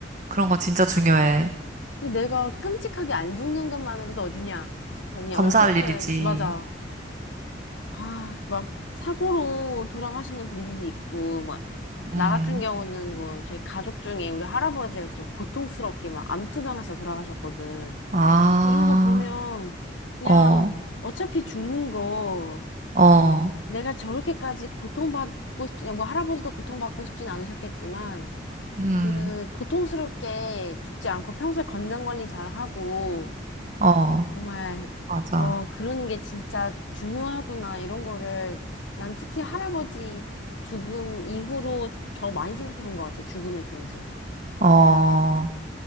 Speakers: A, on the right; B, on the left.
A: 그런 거 진짜 중요해.
B: 왜 내가 끔찍하게 안 죽는 것만으로도 어디냐 싶어. 그냥
A: 감사할
B: 어쨌든
A: 일이지.
B: 맞아. 아, 막 사고로 돌아가시는 분들도 있고 막
A: 음,
B: 나 같은 경우는 뭐 저희 가족 중에 우리 할아버지가 좀 고통스럽게 막 암투병해서 돌아가셨거든.
A: 아.
B: 이런 거 보면 그냥
A: 어,
B: 어차피 죽는 거
A: 어,
B: 내가 저렇게까지 고통받고 싶지, 뭐 할아버지도 고통받고 싶진 않으셨겠지만,
A: 음,
B: 그 고통스럽게 죽지 않고 평소에 건강 관리 잘 하고,
A: 어,
B: 정말,
A: 맞아.
B: 어, 그러는 게 진짜 중요하구나, 이런 거를, 난 특히 할아버지 죽음 이후로 저 많이 생각해 본 것 같아, 죽음에 대해서.
A: 어,